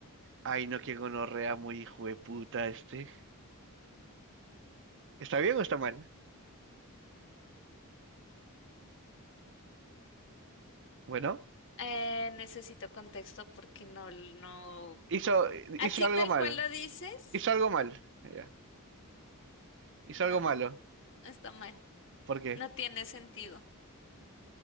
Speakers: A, on the right; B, on the left.
A: Ay, no, qué gonorrea muy hijo de puta este. ¿Está bien o está mal? Bueno,
B: Eh, necesito contexto porque no, no.
A: hizo, hizo
B: Así
A: algo
B: tal
A: mal.
B: cual lo dices,
A: Hizo algo mal. Ya. Hizo
B: no,
A: algo malo.
B: no está mal,
A: ¿Por qué?
B: no tiene sentido.